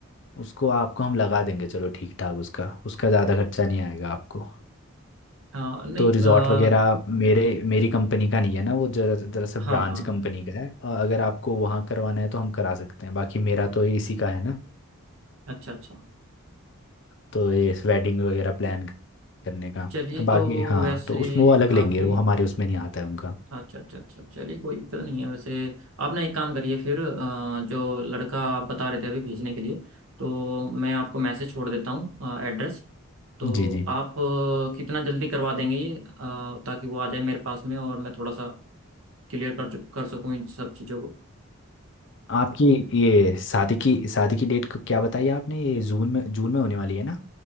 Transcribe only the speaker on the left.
उसको आपको हम लगा देंगे चलो ठीक ठाक उसका उसका ज़्यादा खर्चा नहीं आएगा आपको
तो रिजॉर्ट
वगैरह मेरे मेरी कंपनी का नहीं है ना वो जरा दरअसल
ब्रांच
कंपनी का है अ, अगर आपको वहाँ करवाना है तो हम करा सकते हैं बाकी मेरा तो ये इसी का है ना
तो ये वेडिंग वगैरह प्लान करने का
बाकी
हाँ
तो उसमें वो अलग
लेंगे वो हमारे उसमें नहीं आता है उनका
जी जी
आपकी ये शादी की शादी की डेट को क्या बताई आपने ये जून में जून में होने वाली है ना